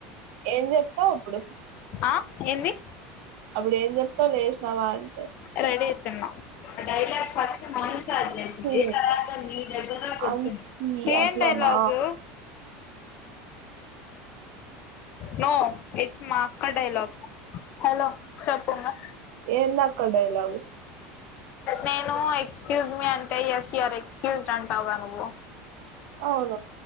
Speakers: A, on the right; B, on the left.
A: ఏం చెప్తావు అప్పుడు
B: ఆ ఏంది
A: అప్పుడు ఏం చెప్తా లేసినవా అంటే
B: రెడీ అయితున్నా ఆ డైలాగ్ ఫస్ట్ మౌని స్టార్ట్ చేసింది
A: హ్మ్.
B: తర్వాత ని దగ్గర నాకు
A: అన్-
B: వచ్చింది
A: ఈ
B: ఏం
A: అట్లానా
B: డైలాగు నో ఇట్స్ మా అక్క డైలగ్ హలో చెప్పంగా
A: ఏంది అక్క డైలాగ్
B: నేను ఎక్స్క్యూజ్ మీ అంటే ఎస్ యుర్ ఎక్స్క్యూజ్డ్ అంటావా గా నువ్వు
A: అవును